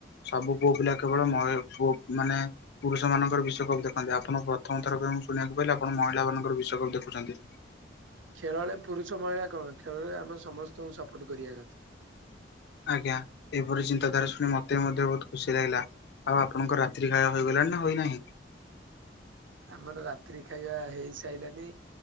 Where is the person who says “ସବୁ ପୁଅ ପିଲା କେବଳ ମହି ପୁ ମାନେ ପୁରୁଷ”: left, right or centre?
Left